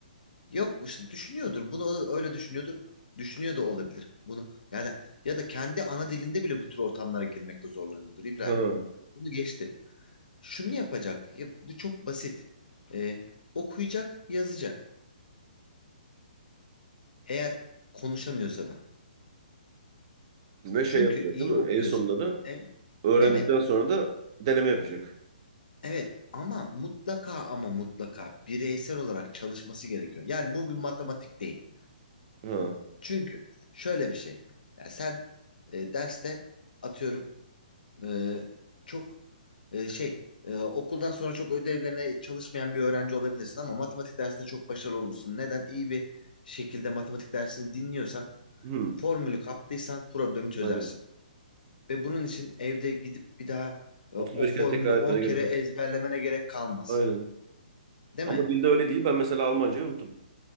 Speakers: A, on the left; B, on the right.
A: Yok işte düşünüyordur. Bunu öyle düşünüyordur. Düşünüyor da olabilir. Bunu yani ya da kendi ana dilinde bile bu tür ortamlara girmekte zorlanıyordur İbrahim.
B: Ha.
A: Bunu geçtim. şunu yapacak. Ya bu çok basit. Ee, okuyacak, yazacak. Eğer konuşamıyorsa da.
B: Ve şey
A: Çünkü
B: yapacak
A: iyi
B: değil mi?
A: okuyorsa.
B: En sonunda da
A: E-
B: öğrendikten
A: evet,
B: sonra da deneme yapacak.
A: evet. Ama mutlaka ama mutlaka bireysel olarak çalışması gerekiyor. Yani bu bir matematik değil.
B: Ha.
A: Çünkü şöyle bir şey. Ya sen e, derste atıyorum. Ee, çok e, şey e, okuldan sonra çok ödevlerine çalışmayan bir öğrenci olabilirsin ama matematik dersinde çok başarılı olursun. Neden? İyi bir şekilde matematik dersini dinliyorsan,
B: Hı.
A: formülü kaptıysan problemi çözersin.
B: Aynen.
A: Ve bunun için evde gidip bir daha e,
B: 35
A: o formülü
B: kere tekrar
A: 10
B: etmene
A: kere
B: gerek yok.
A: ezberlemene gerek kalmaz.
B: Aynen.
A: Değil
B: Ama
A: mi?
B: dilde öyle değil. Ben mesela Almancayı unuttum.